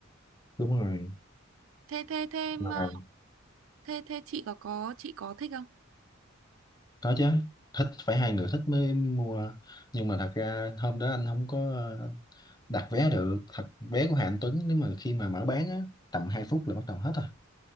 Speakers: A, on the left; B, on the right.
A: đúng rồi
B: Thế thế thế em,
A: mà
B: ờ, thế thế chị có có chị có thích không?
A: có chứ thích phải hai người thích mới mua nhưng mà thật ra hôm đó anh không có ờ, đặt vé được thật vé của Hà Anh Tuấn nếu mà khi mà mở bán á tầm 2 phút là bắt đầu hết rồi